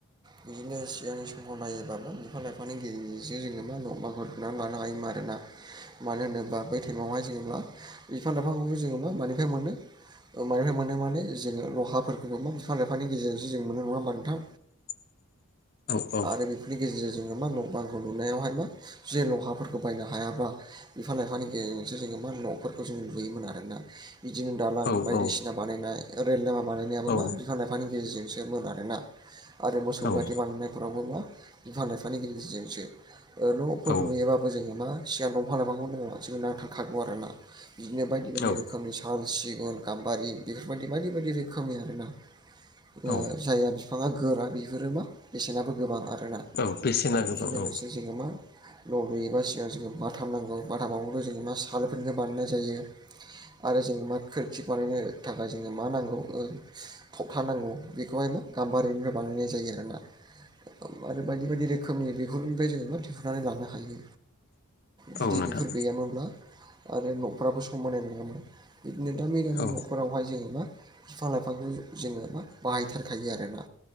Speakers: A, on the right (about 20°); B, on the left (about 45°).
A: बिदिनो सिगांनि सहर नायोबा बिफां लाइफानि गेजेरजों जोङो मा न' बाफोरनानै लानो हायोमोन आरोना। मानो होनोबा बै टाइमावहाय जेनेबा बिफां लाइफांखौबो जोबा मानिफ्राय मोनो ओ मानिफ्राय मोनो माने जोङो लहाफोरखौबो मा बिफां लाइफांनि गेजेरजोंसो जों मोनो नङा होमबा नोंथां।
B: <inaudible> होदो
A: आरो बेफोरनि गेजेरजों जोङो मा न बांखौ लुनायावहाय मा जे लहाफोरखौ बायनो हायाबा। बिफां लाइफांनि गेजेरजोंसो जोङो मा न'फोरखौ जोङो लुयोमोन आरोना। बिदिनो दालां
B: औ
A: बायदिसिना
B: औ
A: बानायनाय रेल लामा बानायनायाबो
B: औ
A: मा बिफां लाइफांनि गेजेरजोंसो। सो मोन आरोना आरो मोसौ
B: औ
A: गारि बानायनायफोरावबो मा बिफां लाइफांनि गेजेरजोंसो। ओ न'फोर
B: औ
A: लुयोबाबो जोङो मा सिगां दंफां <unintelligible> जोंङो नांथारखागौ आरोना। बिदिनो बायदि बायदि
B: औ
A: रोखोमनि साल सिगुन गाम्बारि बेफोरबायदि बायदि बायदि रोखोमनि आरो ना।
B: औ
A: ओ जायहा बिफाङा गोरा बिफोरो मा बेसेनाबो गोबां आरो।
B: औ बेसेना
A: आरो
B: गोबां
A: बेजों लोगोसे
B: औ
A: जोङो मा न' लुयोबा सिगां जोङो बाथाम नांगौ बाथामावबोथ' जोङो मा सालफोरनिफ्राय बानायनाय जायो। आरो जोङो मा खोरखि बानायनो थाखाय जोङो मा नांगौ थखथा नांगौ बेखौहाय गाम्बारिनिफ्राय बांनायनाय जायो आरोना। आरो बायदि बायदि रोखोमनि बेफोरनिफ्राय जोङो मा दिहुनन्नानै लानो हायो।
B: औ
A: जुदि
B: नोंथां
A: बेफोर गैयामोनब्ला आरो न'फ्राबो समायनाय नङामोन। बिदिनो दामि दामि
B: औ
A: न'फोरावहाय जोङो मा बिफां लाइफांखौ जोङो मा बाहायथारखायो आरोना।